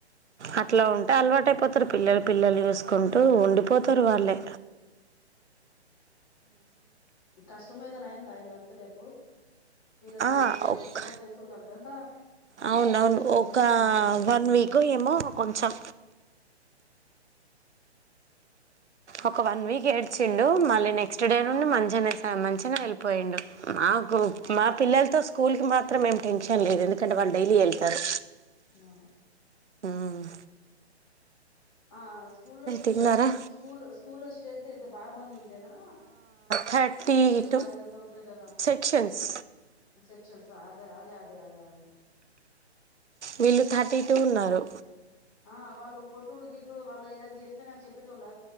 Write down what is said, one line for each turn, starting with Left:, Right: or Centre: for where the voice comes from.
Right: అట్లా ఉం ట అంతలవాటైపోతారు పిల్లలు పిల్లలు చూసుకుంటూ ఉండిపోతారు వాళ్ళే.
Left: కష్టం ఏదైనా అయిందా ఈ నర్సరీ అప్పుడు? పిల్లల్తోని
Right: ఆ
Left: అంటే
Right: ఒక్క
Left: కొంచెమైన తెలిసుండాలి కదా
Right: అవునవును
Left: ఎట్లా అడ్మిషన్
Right: ఒక
Left: చేయాల్సిందే
Right: వన్వీక్ ఏమో కొంచెం ఒక వన్వీక్ ఏడ్చిండు. మళ్ళీ నెక్స్ట్
Left: ఆ
Right: డే నుండి మంచిగానే మంచిగా ఏళ్ళిపోయిండు. మాకు మా పిల్లల్తో స్కూల్కి మాత్రం ఏం టెన్షన్ లేదు. ఎందుకంటే వాళ్ళు డైలీ ఏళ్తారు.
Left: మా
Right: ఉ మ్
Left: ఆ స్కూల్లో స్ట
Right: తిన్నారా
Left: స్కూల్ స్కూల్లో స్ట్రెంత్ ఎంత బాగా మందుండేనా
Right: థర్టీ
Left: సెక్షన్
Right: టూ
Left: వైజస్గా ఉంటారు కదా
Right: సెక్షన్స్
Left: సెక్షన్స్ అదే అదే అదే అడగాలి
Right: వీళ్ళు థర్టీటూ ఉన్నారు
Left: ఆ వాళ్ళు కొట్టుడు, గిట్టుడు వాళ్ళు ఏదనా చేస్తే కాని చెప్పేటోల